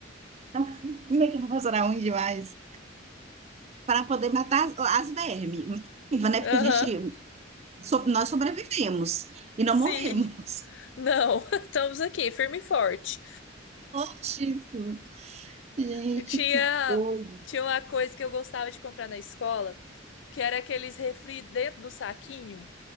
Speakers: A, on the right; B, on the left.
A: <laughs> Leite não era ruim demais. Para poder matar as, as vermes. Né? Porque
B: Aham.
A: a gente. so- nós sobrevivemos e não
B: Sim.
A: morremos.
B: Não, <laughs> estamos aqui, firme e forte.
A: <laughs> Fortíssimo. Gente,
B: Eu tinha,
A: que coisa.
B: tinha uma coisa que eu gostava de comprar na escola, que era aqueles refri dentro do saquinho.